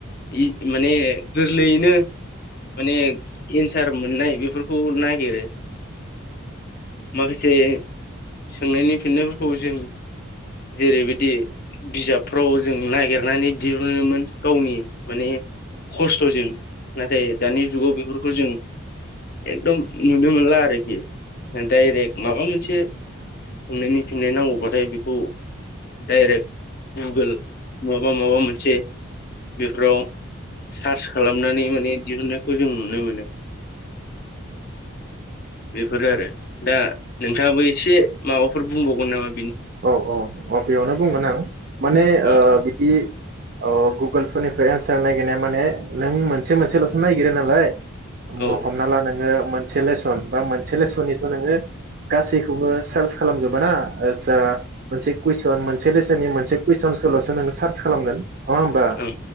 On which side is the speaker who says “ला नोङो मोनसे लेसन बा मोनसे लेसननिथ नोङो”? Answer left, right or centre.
Right